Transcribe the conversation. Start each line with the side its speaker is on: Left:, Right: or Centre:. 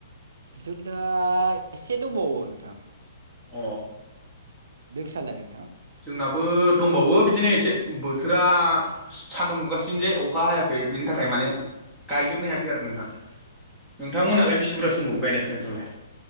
Right: जोंना एसे दंबावो नोंथां।
Centre: अ।
Right: नोंसालाय नोंथां।
Centre: जोंनाबो दंबावो बिदिनो एसे बोथोरा सान्दुं दुंगासिनो जे अखा हायाख बिब्दिनि थाखाय माने गायजोबनो हायाखै आरो नोंथां। नोंथांमोनहालाय
Right: अ
Centre: बेसे बुरजासो दंबावो गायनाय फुनायफ्रालाय